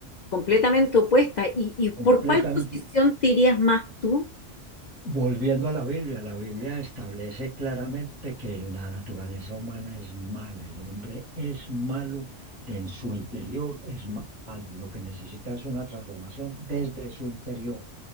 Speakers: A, on the left; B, on the right.
A: completamente opuestos. ¿Y, y por
B: completamente,
A: cuál posición te irías más tú?
B: volviendo a la Biblia, la Biblia establece claramente que la naturaleza humana es mala, el hombre es malo, de en su interior es malo, y lo que necesita es una transformación desde su interior.